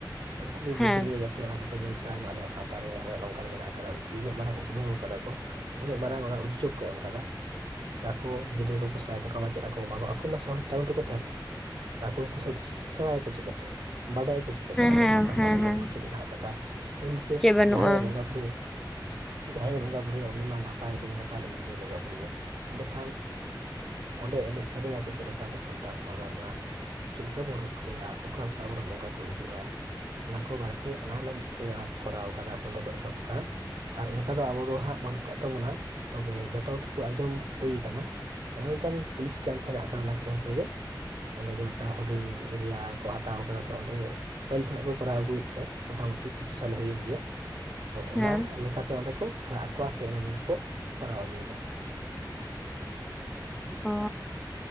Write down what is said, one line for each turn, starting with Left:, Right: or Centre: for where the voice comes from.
Right: ᱩᱱᱠᱩ ᱠᱚ
Centre: ᱦᱮᱸ
Right: ᱜᱤᱫᱽᱨᱟᱹ ᱡᱟ ᱚᱱᱟ ᱠᱚᱠᱚ ᱧᱮᱞ ᱥᱮᱬᱟᱭᱢᱟ ᱟᱞᱮ ᱥᱟᱶᱛᱟ ᱨᱮ ᱟᱞᱮᱭᱟᱜ ᱱᱚᱝᱠᱟᱱ ᱢᱮᱱᱟᱜ ᱟᱠᱟᱫᱟ ᱩᱱᱠᱩ ᱩᱱᱟᱹᱜ ᱢᱟᱨᱟᱝ ᱩᱛᱱᱟᱹᱣ ᱠᱟᱫᱟ ᱠᱚ ᱩᱱᱟᱹᱜ ᱢᱟᱨᱟᱝ ᱚᱱᱟ ᱩᱫᱽᱡᱳᱜᱽ ᱠᱚ ᱮᱢ ᱠᱟᱫᱟ ᱥᱮ ᱟᱠᱚ ᱜᱤᱫᱽᱨᱟᱹ ᱠᱚᱠᱚ ᱱᱟ ᱛᱟᱠᱟ ᱢᱟ ᱪᱮᱫ ᱠᱚ ᱮᱢᱟ ᱠᱚᱣᱟ ᱟᱠᱚ ᱢᱟ ᱥᱚᱨ ᱴᱟᱣᱩᱱ ᱨᱮᱠᱚ ᱛᱟᱦᱮᱱᱟ ᱟᱫᱚ ᱟᱠᱚ ᱩᱱᱠᱩ ᱥᱮᱫᱛᱮ ᱥᱮᱬᱟᱭᱟᱠᱚ ᱪᱤᱠᱟᱹᱛᱮ ᱵᱟᱰᱟᱭᱟ ᱠᱚ ᱪᱤᱠᱟᱹᱛᱮ ᱟᱞᱮ
Centre: ᱦᱮᱸ
Right: ᱥᱟᱶᱛᱟ ᱨᱮᱱᱟᱜ
Centre: ᱦᱮᱸ
Right: ᱵᱚᱸᱜᱟ
Centre: ᱦᱮᱸ
Right: ᱵᱩᱨᱩ ᱪᱮᱫ ᱢᱮᱱᱟᱜ ᱠᱟᱫᱟ ᱮᱢᱱᱛᱮ
Centre: ᱪᱮᱫ ᱵᱟᱹᱱᱩᱜᱼᱟ
Right: ᱡᱟᱦᱟᱸᱮ ᱵᱚᱸᱜᱟ ᱵᱩᱨᱩᱭᱟ ᱡᱟᱦᱟᱸᱭᱮ ᱵᱚᱸᱜᱟᱼᱵᱩᱨᱩᱭᱟ ᱩᱱᱤ ᱢᱟ ᱱᱟᱯᱟᱭ ᱞᱟᱹᱭ ᱱᱟᱯᱟᱭ ᱞᱟᱹᱜᱤᱫ ᱜᱮ ᱵᱚᱸᱜᱟᱼᱵᱩᱨᱩᱭᱟ ᱮᱸᱰᱮᱠᱷᱟᱱ ᱚᱸᱰᱮ ᱮᱱᱮᱡ ᱥᱮᱨᱮᱧ ᱟᱠᱚ ᱪᱮᱫ ᱞᱮᱠᱟ ᱟᱵᱚ ᱥᱟᱱᱛᱟᱲ ᱥᱟᱶᱛᱟ ᱨᱮᱱᱟᱜ ᱪᱮᱫ ᱞᱮᱠᱟ ᱵᱚᱱ ᱨᱟᱹᱥᱠᱟᱹᱭᱟ ᱚᱠᱟ ᱞᱮᱠᱟ ᱟᱵᱚᱱ ᱨᱮᱱ ᱵᱚᱸᱜᱟ ᱠᱚ ᱦᱤᱡᱩᱜᱼᱟ ᱚᱱᱟ ᱠᱚ ᱵᱟᱨᱮᱛᱮ ᱚᱱᱟ ᱞᱟᱹᱜᱤᱫ ᱛᱮ ᱚᱱᱟ ᱠᱚᱨᱟᱣ ᱠᱟᱫᱟ ᱥᱮ ᱚᱸᱰᱮ ᱠᱚ ᱮᱦᱚᱵ ᱠᱟᱫᱟ ᱟᱨ ᱚᱱᱠᱟ ᱫᱚ ᱟᱵᱚ ᱫᱚ ᱦᱟᱸᱜ ᱵᱟᱹᱱᱩᱜ ᱟᱠᱟᱫ ᱛᱟᱵᱚᱱᱟ ᱛᱚᱵᱮ ᱡᱚᱛᱚ ᱠᱚᱛᱮ ᱵᱚ ᱟᱸᱡᱚᱢ ᱦᱩᱭ ᱟᱠᱟᱱᱟ ᱢᱤᱫᱴᱟᱝ ᱯᱩᱞᱤᱥ ᱠᱮᱢᱯ ᱢᱮᱱᱟᱜ ᱠᱟᱫᱟ ᱚᱱᱟ ᱠᱮᱢᱯ ᱨᱮᱜᱮ ᱚᱸᱰᱮᱜ ᱢᱤᱫᱴᱟᱝ ᱦᱩᱰᱤᱧ ᱮᱨᱤᱭᱟ ᱠᱚ ᱦᱟᱛᱟᱣ ᱠᱟᱫᱟ ᱥᱮ ᱚᱸᱰᱮ ᱯᱟᱹᱦᱤᱞ ᱠᱷᱚᱱᱟᱜ ᱠᱚᱨᱟᱣ ᱟᱹᱜᱩᱭᱮᱫ ᱛᱮ ᱢᱳᱴᱟᱢᱩᱴᱤ ᱠᱤᱪᱷᱩ ᱥᱟᱞ ᱦᱩᱭᱮᱱ ᱜᱮᱭᱟ ᱛᱚ ᱚᱱᱟ
Centre: ᱦᱮᱸ
Right: ᱞᱮᱠᱟᱛᱮ ᱚᱸᱰᱮ ᱠᱚ ᱟᱲᱟᱜ ᱟᱠᱚᱣᱟ ᱥᱮ ᱤᱱᱟᱹ ᱫᱤᱱ ᱨᱮᱠᱚ ᱠᱚᱨᱟᱣ ᱟᱹᱜᱩᱭᱮᱫᱟ
Centre: ᱚ